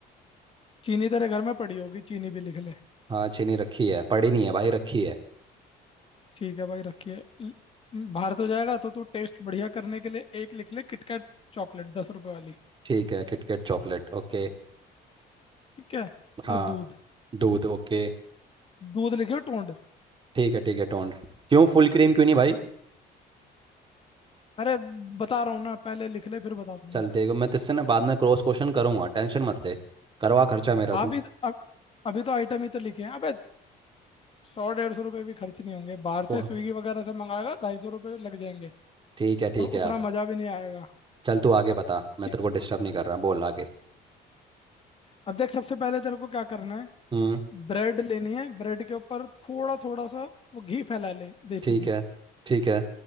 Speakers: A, on the left; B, on the right.
A: चीनी तेरे घर में पड़ी होगी चीनी भी लिख ले
B: हाँ चीनी रखी है पड़ी नहीं है भाई रखी है
A: ठीक है भाई रखिए ल- बाहर तो जाएगा तो तू टेस्ट बढ़िया करने के लिए एक लिख ले किटकैट चॉकलेट दस रुपए वाली
B: ठीक है किटकैट चॉकलेट ओके
A: ठीक है
B: हाँ
A: और दूध
B: दूध ओके
A: दूध लिखे टोंड
B: ठीक है ठीक है टोंड क्यों फुल क्रीम क्यों नहीं भाई
A: अरे बता रहा हूँ ना पहले लिख ले फिर बता दूंगा
B: चलते हैं, मैं तुझसे ना बाद में क्रॉस क्वेश्चन करूँगा टेंशन मत ले करवा खर्चा मेरा तू
A: अभी तो, अब अभी तो आइटम ही तो लिखे हैं अबे सौ डेढ़ सौ रुपये भी खर्च नहीं होंगे बाहर
B: वाह,
A: से स्विगी वगैरह से मंगाएगा ढाई सौ रुपये लग जाएंगे
B: ठीक है ठीक
A: और उतना
B: है आप
A: मज़ा भी नहीं आएगा
B: चल तू आगे बता मैं
A: ठीक-
B: तेरे को डिस्टर्ब नहीं कर रहा बोल आगे
A: अब देख सबसे पहले तेरे को क्या करना है
B: हम्म
A: ब्रेड लेनी है ब्रेड के ऊपर थोड़ा थोड़ा सा वो घी फैला ले देसी
B: ठीक
A: घी
B: है ठीक है